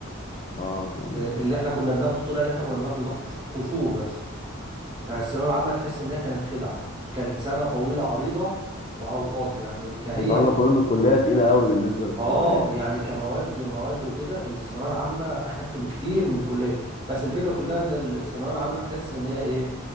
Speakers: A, on the left; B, on the right.
A: اه تمام
B: آه، اللي احنا كنا بناخده طلع اللي احنا كنا بناخده ده قش- قشور بس يعني الثانوية العامة تحس انها كانت خدعة كانت سنة طويلة عريضة وعلى الفاضي يعني كهي
A: انت قصدك تقول ان الكليه تقيله قوي بالنسبه للثانويه
B: اه
A: يعني
B: يعني كمواد مواد وكده الثانويه العامه اخف بكتير من الكليه بس الفكره كلها ان الثانويه العامه تحس ان هي ايه